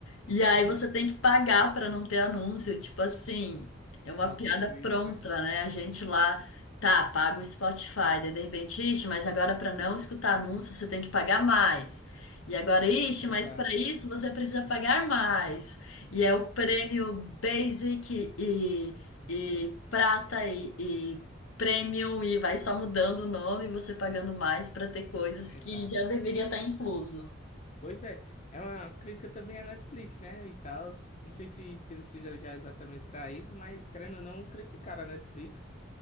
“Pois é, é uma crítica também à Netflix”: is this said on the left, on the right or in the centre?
Left